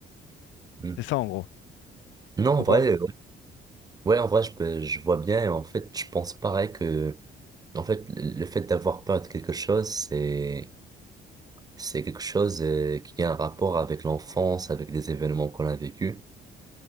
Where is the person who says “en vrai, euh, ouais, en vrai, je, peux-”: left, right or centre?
Right